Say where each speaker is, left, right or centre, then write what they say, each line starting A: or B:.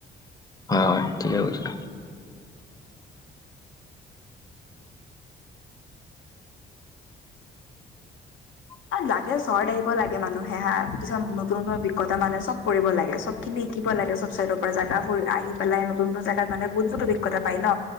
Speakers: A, on the left (about 20°); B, on the left (about 80°).
A: হয় হয় ঠিকে কৈছা। <unintelligible>
B: লাগে চৰ্য়েত আহিব লাগে মানুহে হা কিছুমান নতুন নতুন অভিজ্ঞতা মানে চব কৰিব লাগে চব <unintelligible> শিকিব লাগে। চব চাইডৰ পৰা জাগা ফুৰি আহি পেলাই নতুন নতুন জাগাত মানে বহুত বহুত অভিজ্ঞতা পাই ন,